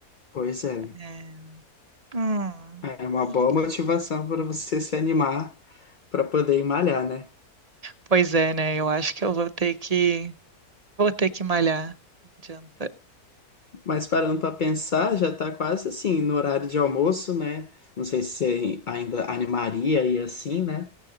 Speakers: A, on the left; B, on the right.
A: pois é.
B: É. Hum.
A: É uma
B: Ah, legal.
A: boa motivação para você se animar para poder ir malhar, né?
B: Pois é, né? Eu acho que eu vou ter que vou ter que malhar. Não adianta.
A: Mas parando para pensar, já tá quase assim no horário de almoço, né? Não sei se você ainda animaria e assim, né?